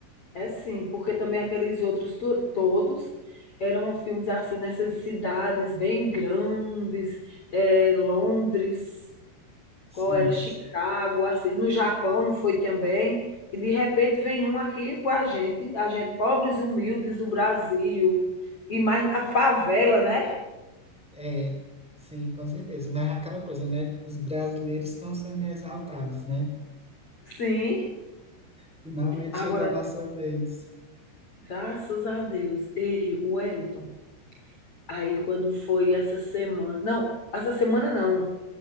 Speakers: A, on the left; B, in the centre.
A: é sim, porque também aqueles outros to- todos eram filmes assim nessas cidades bem grandes, é Londres.
B: Sim.
A: Qual era? Chicago, assim, no Japão não foi também. E de repente vem um aqui para a gente, a gente pobres e humildes do Brasil. E mais na favela, né?
B: É, sim, com certeza. Mas é aquela coisa, né? Os brasileiros estão sendo exaltados, né?
A: Sim.
B: Finalmente
A: Agora,
B: chegou a nossa vez.
A: graças a Deus. Ei, o Wellington, aí quando foi essa semana. Não, essa semana não.